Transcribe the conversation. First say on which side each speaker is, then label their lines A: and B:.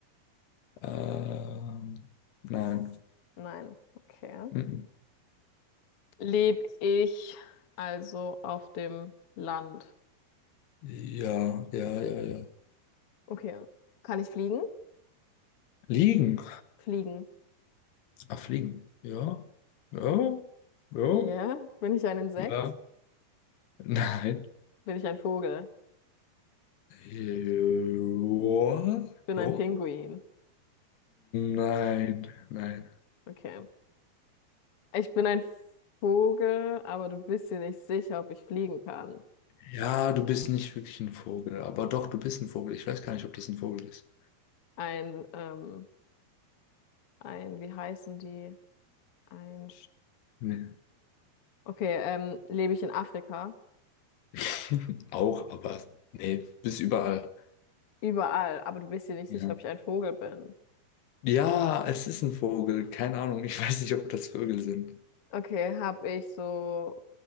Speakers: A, on the left; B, on the left.
A: ähm, nein.
B: Nein. Okay.
A: Mhm.
B: Lebe ich also auf dem Land?
A: Ja, ja, ja, ja.
B: Okay. Kann ich fliegen?
A: Liegen.
B: Fliegen.
A: Ah, fliegen. Ja. Ja. Ja.
B: Ja. Bin ich ein Insekt?
A: Ja. Nein.
B: Bin ich ein Vogel?
A: Äh, Ja.
B: Bin
A: Ja.
B: ein Pinguin.
A: Nein, nein.
B: Okay. Ich bin ein Vogel, aber du bist dir nicht sicher, ob ich fliegen kann.
A: Ja, du bist nicht wirklich ein Vogel, aber doch, du bist ein Vogel. Ich weiß gar nicht, ob das ein Vogel ist.
B: Ein, ähm, ein, wie heißen die? Ein, Sch-
A: Nee.
B: okay, ähm, lebe ich in Afrika?
A: <laughs> Auch, aber nee, bist überall.
B: Überall, aber du bist dir nicht
A: Ja.
B: sicher, ob ich ein Vogel bin.
A: Ja, es ist ein Vogel. Keine Ahnung. Ich <laughs> weiß nicht, ob das Vögel sind.
B: Okay, habe ich so,